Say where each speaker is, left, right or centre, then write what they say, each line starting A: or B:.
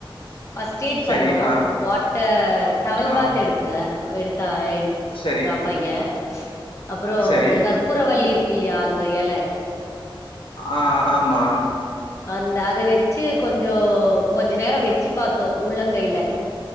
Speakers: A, on the left; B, on the left.
A: ஃபர்ஸ்ட்டேட்
B: சரி
A: பண்ணோ
B: ஆ
A: வாட்டர் டவல்
B: ஆ
A: பாத் எடுத்தே எடுத்தா எடுத்
B: சரி
A: தா பைய அப்புறோ
B: சரி
A: இந்த கற்பூரவல்லி இருக்கு இல்லையா அந்த எல
B: ஆ ஆமா
A: அந்த அத வெச்சு கொஞ்சோ கொஞ்ச நேரோ வெச்சு பாத்தோ உள்ளங்கைல